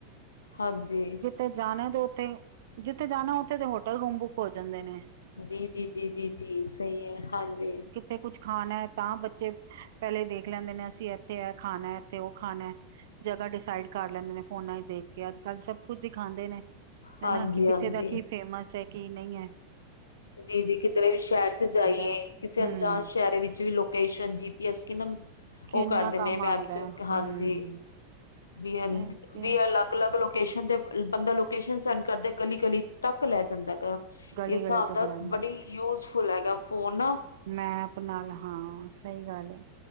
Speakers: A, on the left (about 70°); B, on the right (about 55°).
A: ਹਾਂਜੀ।
B: ਤੇ ਜਾਣਾ ਤੇ ਉੱਥੇ, ਜਿੱਥੇ ਜਾਣਾ ਉੱਥੇ ਦੇ ਹੋਟਲ ਰੂਮ ਬੁੱਕ ਹੋ ਜਾਂਦੇ ਨੇ।
A: ਜੀ ਜੀ ਜੀ ਜੀ ਜੀ ਸਹੀ ਐ, ਹਾਂਜੀ।
B: ਇੱਥੇ ਕੁਛ ਖਾਣਾ, ਤਾਂ ਬੱਚੇ ਪਹਿਲੇ ਦੇਖ ਲੈਂਦੇ ਨੇ, ਅਸੀਂ ਇੱਥੇ ਇਹ ਖਾਣਾ ਇੱਥੇ ਉਹ ਖਾਣਾ। ਜਗ੍ਹਾ ਡਿਸਾਈਡ ਕਰ ਲੈਂਦੇ ਨੇ ਫੋਨਾ ਚ ਦੇਖ ਕੇ, ਅੱਜ-ਕੱਲ੍ਹ ਸਭ ਕੁਛ ਦਿਖਾਂਦੇ ਨੇ।
A: ਹਾਂਜੀ
B: ਹਨਾ? ਕਿ ਕਿੱਥੇ
A: ਹਾਂਜੀ
B: ਦਾ ਕੀ ਫੇਮਸ ਐ, ਕੀ ਨਈਂ ਐ।
A: ਜੀ ਜੀ ਕਿਧਰੇ ਵੀ ਸ਼ਹਿਰ ਚ ਜਾਈਏ,
B: ਹੈ।
A: ਕਿਸੇ
B: ਹਮ
A: ਅਣਜਾਨ ਸ਼ਹਿਰ ਵਿੱਚ ਵੀ ਲੋਕੇਸ਼ਨ ਜੀ ਯਸ ਕਿਨਮ
B: ਕਿੰਨਾ
A: ਉਹ ਕਰ ਦਿਨੇ
B: ਕੰਮ
A: ਨੇ
B: ਆਉਂਦਾ
A: ਮੈਪ ਚ
B: ਹੈ।
A: ਹਾਂਜੀ
B: ਹਮ
A: ਵੀ
B: ਇਹ ਤੇ
A: ਵੀ ਲੱ ਗ ਅਲੱਗ ਲੋਕੇਸ਼ਨ ਤੇ, ਬੰਦਾ ਲੋਕੇਸ਼ਨ ਸੈਂਡ ਕਰਦੇ ਗਲੀ-ਗਲੀ ਤੱਕ ਲੈ ਜਾਂਦਾ ਗਾ। ਇਸ
B: ਗਲੀ
A: ਹਿਸਾਬ
B: ਗਲੀ ਤੱਕ
A: ਦਾ
B: ਲਾਈਆਂ
A: ਬੜੀ ਯੂਜਫੁਲ ਹੈਗਾ ਫੋਨ ਨਾ।
B: ਮੈਂਪ ਨਾਲ ਹਾਂ, ਸਹੀ ਗੱਲ ਐ।